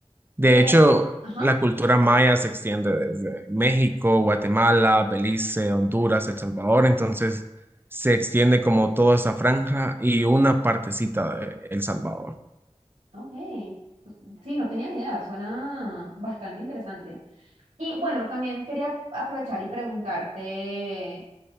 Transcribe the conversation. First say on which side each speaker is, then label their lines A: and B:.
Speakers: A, on the right; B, on the right.
A: De
B: eh,
A: hecho,
B: ajá,
A: la cultura maya se extiende desde México, Guatemala, Belice, Honduras, El Salvador, entonces se extiende como toda esa franja y una partecita de El Salvador.
B: ok. Pues, Sí, no tenía ni idea, suena bastante interesante. Y bueno, también quería aprovechar y preguntarte